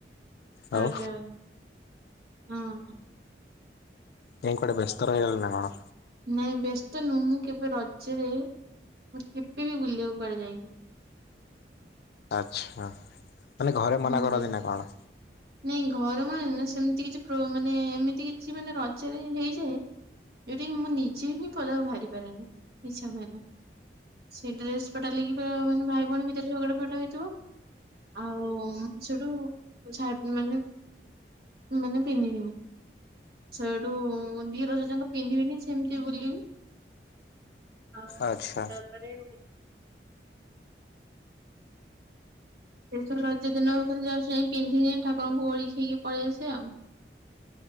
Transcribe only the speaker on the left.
ଆଉ
ନାଇଁ କୁଆଡ଼େ ବେସ୍ତ ରହିଗଲ ନା କଣ?
ଆଚ୍ଛା। ମାନେ ଘରେ
ମନା କରନ୍ତି ନା କଣ?
ଆଚ୍ଛା